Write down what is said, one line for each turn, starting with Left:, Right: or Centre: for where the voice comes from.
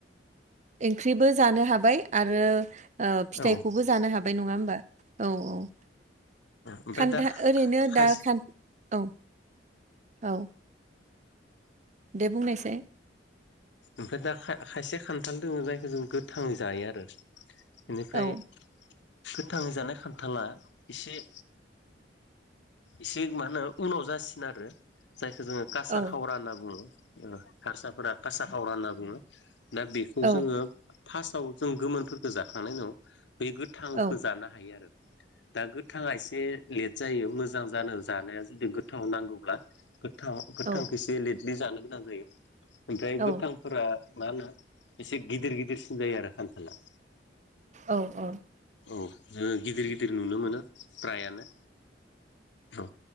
Right: ओंख्रिबो जानो हाबाय आरो फिथाइखौबो
Left: औ
Right: जानो हाबाय नङा होमबा? औ औ।
Left: ओमफ्राय
Right: खान्था
Left: दा
Right: ओरैनो
Left: खायसे
Right: दा खान औ औ दे बुंनायसै।
Left: ओमफ्राय दा खाइ खायसे खान्थाल दोङ जायखौ जों गोथां जायो आरो। बेनिफ्राय
Right: औ
Left: गोथां जानाय खान्थाला एसे एसे मा होनो उनाव जासिनो आरो जायखौ जोङो कासा
Right: औ
Left: खावरा होनना बुङो। हारसाफोरा कासा हावरा होनना बुङो दा बेखौ
Right: औ
Left: जोङो। पार्स्टआव जों गोफोनफोरखौ जाखांनायनि उाव बे गोथांखो
Right: औ
Left: जानो हायो आरो दा गोथाङा एसे लेट जायो मोजां जानो जानाया जुदि गोथाव नांगौब्ला गोथां गोथांखौ
Right: औ
Left: एसे लेटलि जानो गोनां जायो ओमफ्राय
Right: औ
Left: गोथांफोरा मा होनो एसे गिदिर गिदिरसिन जायो आरो खान्थाला।
Right: औ औ।
Left: औ जोङो गिदिर गिदिर नुनो मोनो फ्रायानो औ।